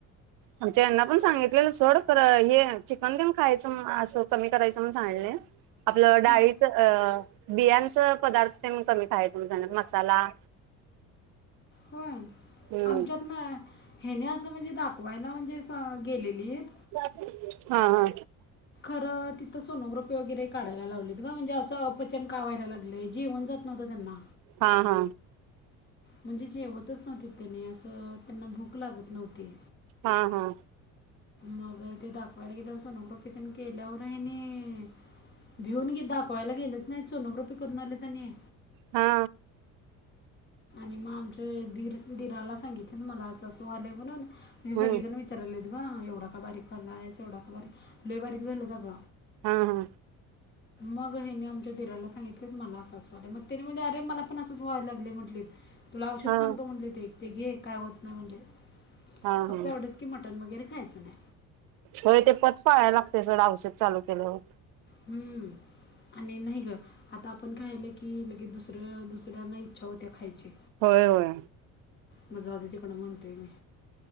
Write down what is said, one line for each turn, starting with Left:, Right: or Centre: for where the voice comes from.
Right: आमच्या यांना पण सांगितलेलं सोड खर हे चिकन खायचं असं कमी करायचं म्हणून सांगितलय. आपलं डाळीच
Left: हां
Right: अ बियांच पदार्थ ते कमी खायच म्हणून सांगितलय मसाला
Left: होय
Right: हम्म
Left: आमच्यात ना ह्यानी असं म्हणजे दाखवायला म्हणजे अस गेलेलीत
Right: <unintelligible> हा हा
Left: तर तिथ सोनोग्राफी वगैरे काढायला लावली. म म्हणजे असं पचन का होई लागलय जेवण जात नव्हत त्यांना
Right: हा हा
Left: म्हणजे जेवतच नव्हते त्यांनी असं त्यांना भूक लागत नव्हती.
Right: हा हा
Left: मग ते दाखवायला गेलो असतो. सोनोग्राफी तेन केल्यावर यांनी भिऊन घे दाख पवायला गेलंच नाय सोनोग्राफी करून आलेत आणि
Right: हा
Left: आमचे दीर दीराला सांगितले मला असं असं झाले म्हणून म्हणजे
Right: हम्म
Left: सगळी जन विचारालेत एवढा का बारीक व्हायलास एवढा का बारीक लय बारीक झाल्यात अग
Right: हा हा
Left: मग हेनी आमच्या दिराला सांगितले मला असं अस व्हायला लागलंय मग तेणी मला पण असच व्हाय लागलय बघ तुला औषध
Right: हा
Left: सांगतो म्हटले ते ते घे. काय होत नाही म्हंटले.
Right: हा
Left: फक्त
Right: हा
Left: एवढच की मटन वगैरे..... खायाच नाय.
Right: होय ते पत पाहायला लागते सोड औषध चालू केल्यावर...
Left: हम्म आणि नाही ग आता आपण काय आलं की लगेच दुसर <inaudible> दुसऱ्यांना इच्छा होत्या खायची.
Right: होय होय.
Left: माझं आधी तिकडं म्हणतोय मी?